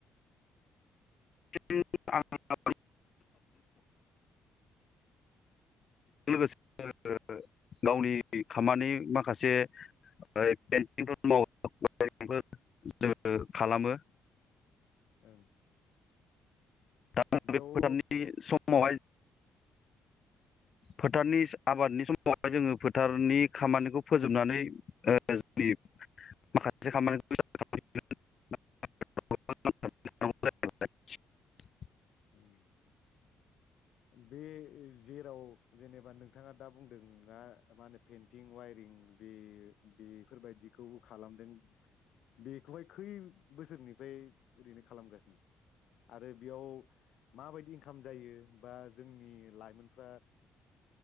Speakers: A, on the left; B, on the left.
A: <unintelligible> लोगोसे <unintelligible> गावनि खामानि माखासे ऐ पेन्टिंफोर मावो <unintelligible> जोङो खालामो ।
B: ओं
A: दा
B: बेयाव
A: बे फोथारनि सम समावहाय फोथारनि आबादनि समावहाय जोङो फोथारनि खामानिखौ फोजोबनानै ओ जियो माखासे खामानिखौ <unintelligible>
B: उम बे जेराव जेनेबा नोंथाङा दा बुंदों मा मा होनो पेन्टिं वायरिं बे बे बेफोरबादिखौ खालामदों बे खौहाय खै बोसोरनिफ्राय ओरैनो खालामगासिनो आरो बेयाव माबायदि इनकाम जायो? बा जोंनि लाइमोनफ्रा